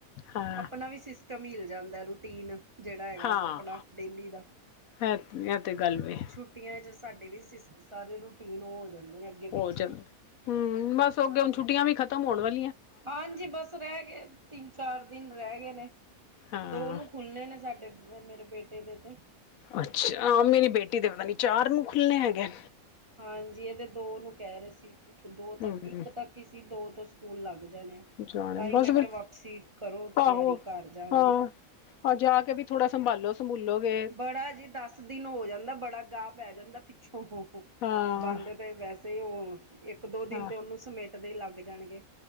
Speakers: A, on the left; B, on the right.
A: ਹਾਂ।
B: ਆਪਣਾ ਵੀ ਸਿਸਟਮ ਹਿਲ ਜਾਂਦਾ। ਰੂਟੀਨ ਜਿਹੜਾ ਹੈਗਾ
A: ਹਾਂ
B: ਸਪਡਾ ਡੇਲੀ ਦਾ
A: ਇਹ ਇਹ ਤੇ ਗੱਲ ਵੇ
B: ਛੁ ਛੁਟੀਆਂ ਚ ਸਾਡੇ ਵੀ ਸਿਸ ਸਾਰੇ ਰੂਟੀਨ ਉਹ ਹੋ ਜਾਂਦੇ ਨੇ। ਅੱਗੇ
A: ਹੋ
B: ਪਿੱਛੇ
A: ਚੱਲ ਹਂ, ਬਸ
B: ਹਾਂ
A: ਅੱਗੇ ਹੁਣ ਛੁੱਟੀਆਂ ਵੀ ਖਤਮ ਹੋਣ ਵਾਲੀ
B: ਹਾਂਜੀ, ਬਸ ਰਹਿ ਗਏ, ਤਿੰਨ-ਚਾਰ ਦਿਨ ਰਹਿ ਗਏ ਨੇ।
A: ਹਾਂ।
B: ਦੋ ਨੂੰ ਖੁੱਲਣੇ ਨੇ ਸਾਡੇ ਮੇਰੇ ਬੇਟੇ ਦੇ ਤੇ।
A: ਅੱਛਾ ਆਹ ਮੇਰੀ ਬੇਟੀ ਦੇ ਪਤਾ ਨ੍ਹੀਂ ਚਾਰ ਨੂੰ ਖੁੱਲਨੇ ਹੈਗੇ।
B: ਹਾਂਜੀ ਇਹਦੇ ਦੋ ਨੂੰ ਕਹਿ ਰਹੇ ਸੀ, ਦੋ
A: ਹੂੰ।
B: ਤੱਕ ਇੱਕ ਤੱਕ ਈ ਸੀ ਦੋ ਤੋਂ ਸਕੂਲ ਲੱਗ ਜਾਣੇ।
A: ਜਾਣੇ
B: ਤਾਂ ਈ
A: ਬਸ
B: ਮੈਂ
A: ਫਿਰ
B: ਕਿਹਾ, ਵਾਪਸੀ ਕਰੋ
A: ਆਹੋ
B: ਤਿਆਰੀ ਘਰ ਜਾਣ
A: ਹਾਂ
B: ਦੀ।
A: ਜਾ ਕੇ ਵੀ ਥੋੜਾ ਸੰਭਾਲੋ। ਭੂਲੋਗੇ।
B: ਬੜਾ ਜੀ, ਦਸ ਦਿਨ ਹੋ ਜਾਂਦਾ ਬੜਾ ਗਾਹ ਪੈ ਜਾਂਦਾ ਪਿੱਛੋਂ। <unintelligible>
A: ਹਾਂ
B: ਬੰਦ ਤੇ ਵੈਸੇ ਉਹ ਇੱਕ-ਦੋ
A: ਹਾਂ
B: ਦਿਨ ਤੇ ਉਹਨੂੰ ਸਮੇਟਦੇ ਲੱਗ ਜਾਣਗੇ।